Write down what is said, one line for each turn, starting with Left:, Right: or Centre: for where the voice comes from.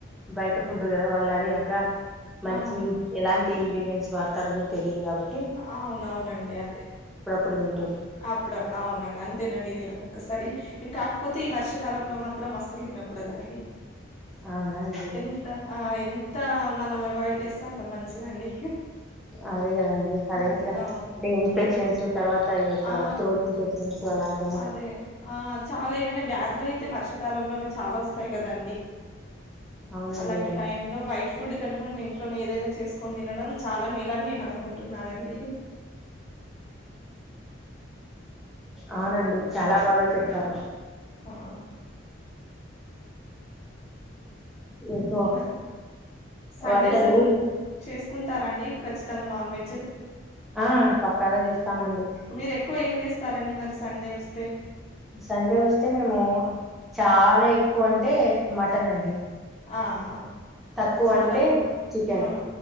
Centre: బయట ఫుడ్డు కదా వాళ్ళ అదికాక మంచి
Left: అవును
Centre: ఎలాంటి ఇంగ్రీడియంట్స్ వాడతారో కూడా తెలిదు కాబటి
Left: అవునవునండి అదే
Centre: ంట
Left: అప్పుడప్పుడు అవునండి అంతేనండి నెల ఒసారి ఇ కాకపోతే ఈ వర్షకాలంలో మాత్రం అసలు తినకూడదండి
Centre: అవునా అండి
Left: ఎంత ఆ ఎంత మనం అవాయిడ్ చేస్తే అంత మంచిదండి
Centre: అదే కదండి
Left: అదే
Centre: ఇంకా
Left: అవును
Centre: అంటే ఇన్ఫెక్షన్స్
Left: అవు
Centre: తర్వాత యొక్క
Left: ఆ
Centre: త్రోట్ ఇన్ఫెక్షన్స్ అలాంటి
Left: అదే ఆ చాలా ఏమైనా వ్యాధులు అయితే వర్షాకాలంలోనే చాలా వస్తాయి కదండి
Centre: అవునండి
Left: అలాంటి
Centre: అవును
Left: టైం లో బయట ఫుడ్ కంటే మనం టి ఏదైనా చేసుని తినడం చాలా మేలని నేను అనుకు కుంటున్నానండి
Centre: అవునండి చాలా బాగా చెప్పారు
Left: ఆ
Centre: ఇంకో
Left: మ సండేస్
Centre: వంటలు
Left: చేస్ కొంటారండీ ఖచ్చితంగా నాన్ వెజ్
Centre: ఆ పక్కాగా చేస్తామండి
Left: మీరు ఎక్కువ ఏం చేస్తారండి మరి సండే వస్తే
Centre: సండే వస్తే మేము చాలా ఎక్కువ అంటే మటన్ అండి
Left: ఆహా
Centre: తక్కువ
Left: చాలా
Centre: అంటే
Left: ప్రో
Centre: చికెన్
Left: ఆ